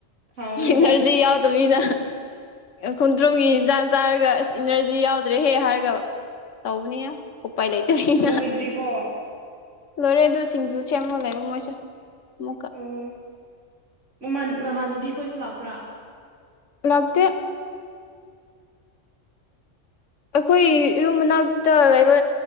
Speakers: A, on the right; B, on the left.
A: ꯍꯥꯎꯅꯤꯗ
B: ꯃꯤꯅꯔꯖꯤꯤ ꯌꯥꯎꯗ ꯅꯥ ꯈꯨꯟꯗ꯭ꯔꯨꯒꯤ ꯆ ꯆꯥꯔꯒ ꯑꯁ ꯏꯅꯔꯖꯤ ꯌꯥꯎꯗ꯭ꯔꯦꯍꯦ ꯍꯥꯏꯔꯒ ꯇꯧꯕꯅꯤ ꯄꯥꯏꯂ ꯇ ꯍꯅ
A: ꯂꯣꯏꯗ꯭ꯔꯤꯕꯣ
B: ꯂꯣꯏꯔꯦ ꯑꯗꯨ ꯁꯤꯡꯖꯨ ꯁꯦꯝꯃꯣ ꯂꯩꯕ ꯃꯣꯏꯁꯦ ꯑꯃꯨꯛꯀ
A: ꯑꯣ ꯃ ꯃꯃꯥꯟꯅꯕꯤ ꯈꯣꯏꯁꯨ ꯂꯥꯛꯄ꯭ꯔꯥ
B: ꯂꯥꯛꯇ ꯑꯩꯈꯣꯏ ꯌꯨꯝ ꯃꯅꯥꯛꯇ ꯂꯩꯕ